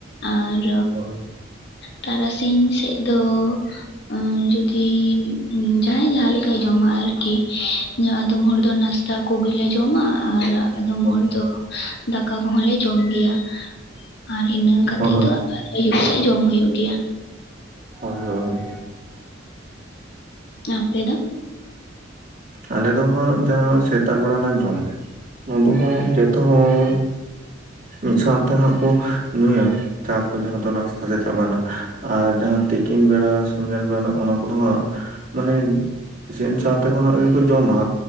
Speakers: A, on the left (about 60°); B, on the right (about 45°).
A: ᱟᱨ
B: ᱦᱳᱭ
A: ᱛᱟᱨᱟᱥᱤᱧ ᱥᱮᱜ ᱫᱚ ᱮ ᱡᱩᱫᱤ ᱡᱟᱦᱟᱸᱭ ᱡᱟᱦᱟᱸ ᱞᱮᱠᱟᱭ ᱡᱚᱢᱟ ᱟᱨᱠᱤ ᱟᱫᱚᱢ ᱦᱚᱲ ᱫᱚ ᱱᱟᱥᱛᱟ ᱠᱚᱜᱮᱞᱮ ᱡᱚᱢᱟ ᱟᱨ ᱟᱫᱚᱢ
B: ᱦᱳᱭ
A: ᱦᱚᱲ ᱫᱚ ᱫᱟᱠᱟ ᱠᱚᱦᱚᱸ ᱞᱮ ᱡᱚᱢ ᱜᱮᱭᱟ ᱟᱨ ᱤᱱᱟᱹ ᱠᱟᱛᱮᱜ
B: ᱦᱳᱭ
A: ᱫᱚ ᱟᱨ ᱟᱭᱩᱵ ᱥᱮᱫ ᱡᱚᱢ ᱦᱩᱭᱩᱜ ᱜᱮᱭᱟ᱾
B: ᱦᱳᱭ ᱦᱳᱭ
A: ᱟᱯᱮ ᱫᱚ
B: ᱟᱞᱮ ᱫᱚ ᱦᱟᱸᱜ ᱡᱟᱦᱟᱸ ᱥᱮᱛᱟᱜ ᱵᱮᱲᱟ ᱨᱮᱱᱟᱜ ᱡᱚᱢ ᱚᱱᱟ ᱫᱚ ᱦᱟᱸᱜ ᱡᱷᱚᱛᱚ ᱦᱚᱲ ᱢᱤᱫ ᱥᱟᱶᱛᱮ ᱦᱟᱸᱜ ᱠᱚ ᱧᱩᱭᱟ᱾ ᱪᱟ ᱠᱚ ᱡᱟᱦᱟᱸ ᱫᱚ ᱱᱟᱥᱛᱟ ᱥᱮ ᱪᱟᱵᱱᱟ ᱟᱨ ᱡᱟᱦᱟᱸ ᱛᱤᱠᱤᱱ ᱵᱮᱲᱟ ᱥᱮᱸᱜᱮᱲ ᱵᱮᱲᱟ ᱚᱱᱟ ᱠᱚᱫᱚ ᱦᱟᱸᱜ ᱢᱟᱱᱮ ᱤᱥᱮᱱ ᱥᱟᱶᱛᱮ ᱠᱷᱚᱱᱟᱜ ᱜᱮ ᱠᱚ ᱡᱚᱢᱟ